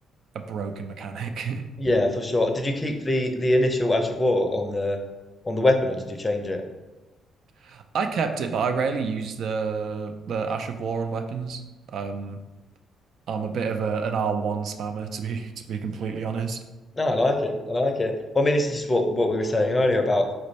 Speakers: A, on the right (about 65°); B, on the left (about 25°).
A: a broken mechanic.
B: Yeah, for sure. Did you keep the the initial Ash of War on the on the weapon, or did you change it?
A: <laughs> I kept it, but I rarely use the the Ash of War on weapons. Um, I'm a bit of a, an R1 spammer to be to be completely honest.
B: No, I like it. I like it. Well, I mean, this is just what what we were saying earlier about